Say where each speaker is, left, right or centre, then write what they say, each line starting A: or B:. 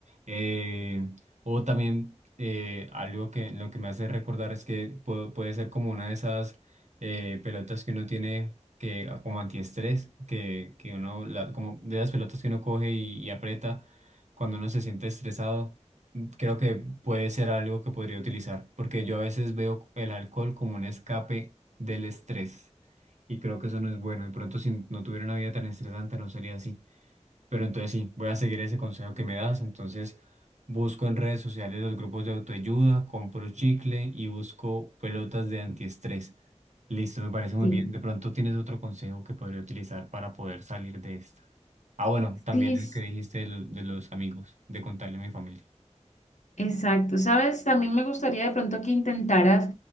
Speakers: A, on the right; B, on the left.
A: Eh, o también eh, algo que lo que me hace recordar es que puede, puede ser como una de esas eh, pelotas que uno tiene que ah, como antiestrés, que, que uno, la- como de las pelotas que uno coge y y aprieta cuando uno se siente estresado creo que puede ser algo que podría utilizar, porque yo a veces veo el alcohol como un escape del estrés y creo que eso no es bueno. De pronto, si no tuviera una vida tan estresante, no sería así. Pero entonces sí, voy a seguir ese consejo que me das. Entonces busco en redes sociales los grupos de autoayuda, compro chicle y busco pelotas de antiestrés. Listo, me parece muy
B: Sí.
A: bien. De pronto tienes otro consejo que podría utilizar para poder salir de esta. Ah, bueno, también
B: Sí,
A: el que dijiste de lo- de los amigos, de contarle a mi familia.
B: Exacto, sabes, también me gustaría de pronto que intentaras